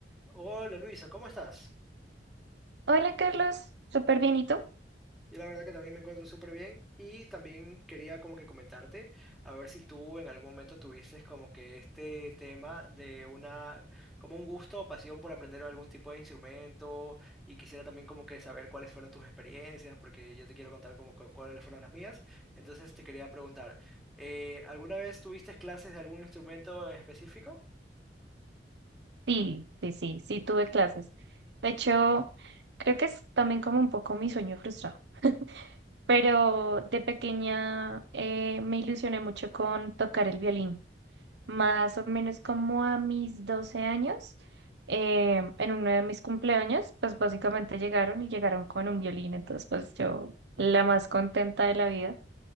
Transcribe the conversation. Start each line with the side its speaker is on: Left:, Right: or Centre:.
Centre: Hola Luisa, ¿cómo estás?
Right: Hola Carlos, súper bien, ¿y tú?
Centre: Yo la verdad que también me encuentro súper bien y también quería como que comentarte a ver si tú en algún momento tuviste como que este tema de una, como un gusto o pasión por aprender algún tipo de instrumento y quisiera también como que saber cuáles fueron tus experiencias porque yo te quiero contar como que cuáles fueron las mías. Entonces te quería preguntar, eh, ¿alguna vez tuviste clases de algún instrumento en específico?
Right: Sí, sí, sí, sí, tuve clases. De hecho, creo que es también como un poco mi sueño frustrado, pero de pequeña eh, me ilusioné mucho con tocar el violín, más
Centre: Ya.
Right: o menos como a mis 12 años, eh, en uno de mis cumpleaños, pues básicamente llegaron y llegaron con un violín, entonces pues yo la más contenta de la vida.